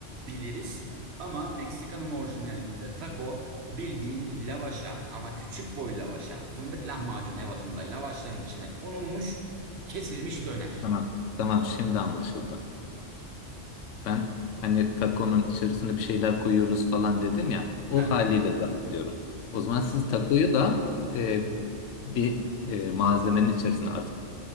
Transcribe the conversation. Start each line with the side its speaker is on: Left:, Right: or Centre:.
Right: biliriz. Ama Meksika'nın orijinalinde taco bildiğin lavaşa ama küçük boy lavaşa, fındık lahmacun ebatında lavaşların içine konulmuş, kesilmiş döner.
Left: Tamam. Tamam, şimdi anlaşıldı. Ben hani takonun içerisine bir şeyler koyuyoruz falan dedim ya. O
Right: Hı hı.
Left: haliyle zannediyorum. O zaman siz takoyu da e, bir e, malzemenin içerisine artık